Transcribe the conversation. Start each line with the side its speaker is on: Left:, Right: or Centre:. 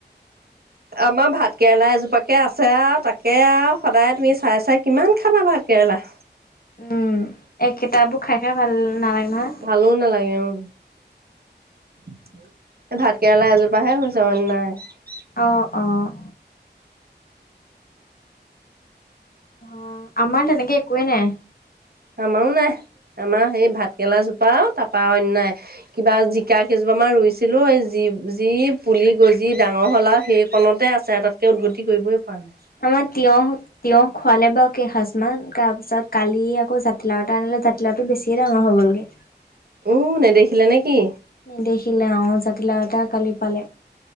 Right: আমাৰ ভাত কেৰেলা এজোপাকে আছে আৰু, তাকে আৰু, সদায় তুমি চাই, চাই কিমান খাবা, ভাত কেৰেলা।
Left: উম! একেইটাবোৰ খাই খাই ভাল নালাগে। নহয়
Right: ভালোঁ নালাগে, উম! <inaudible> ভাত কেৰেলা এজোপা হে হৈছে, অন্য নাই। <unintelligible>
Left: অঁ! অঁ! অ' আমাৰ তেনেকে একোৱেই নাই।
Right: আমাৰো নাই। আমাৰ সেই ভাতকেৰেলা জোপ তপা আৰু, তাৰপৰা অন্য নাই। কিবা, জিকা কেইজোপামান ৰুইছিলোঁ, এই যি, যি পুলি গজি ডাঙৰ হ'ল আৰু, সেইকণতে আছে আৰু, তাতকৈ উদগতি কৰিবই পৰা নাই।
Left: আমাৰ তিয়হ, তিয়হ খুৱালে বাৰু কেইসাঁজমান। তাৰপিছত কালি আকৌ জাতিলাও এটা আনিলে, জাতিলাওটো বেছিয়ে ডাঙৰ হৈ গ'লগে।
Right: উ'! নেদেখিলে নে কি?
Left: নেদেখিলে অ'হ! জাতিলাও এটা কালি পালে।